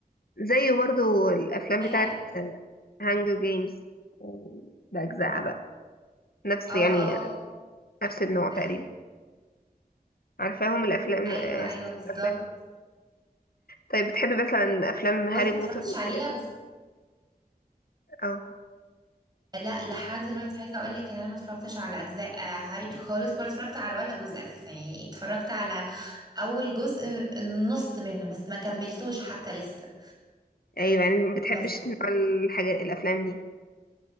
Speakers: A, on the left (about 70°); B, on the right (about 25°).
A: زيه برضو الافلام
B: هي
A: بتاعت هانجر جيمز باجزائها بقى نفس
B: اه
A: يعني
B: اه
A: نفس النوع تقريبا
B: ايوه
A: عارفاهم الافلام
B: ايوه
A: آه،
B: ايوه
A: سلسله
B: بالظبط
A: الافلام طيب بتحب مثلا افلام هاري
B: بصي ما
A: بوتر
B: اتفرجتش
A: والحاجات
B: عليها
A: دي
B: بس
A: اه
B: لا لحد دلوقتي عايزه اقول لك ان انا ما اتفرجتش على اجزاء آه، هاري بوتر خالص ولا اتفرجت على ولا جزء اساسا يعني اتفرجت على اول جزء النص منه بس ما كملتوش حتى لسه
A: ايوه يعني ما بتحبش
B: بس
A: نوع الحاجات الافلام دي